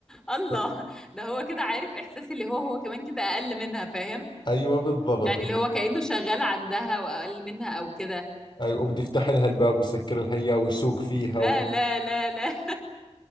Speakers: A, in the centre; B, on the left.
A: الله
B: <laughs>
A: ده هو كده عارف احساس اللي هو هو كمان كده اقل منها فاهم
B: ايوه بالضبط
A: يعني اللي هو كأنه شغال عندها واقل منها او كده
B: أيوة وبده يفتح لها الباب ويسكر لها إياه ويسوق فيها
A: لا
B: وبد...
A: لا لا لا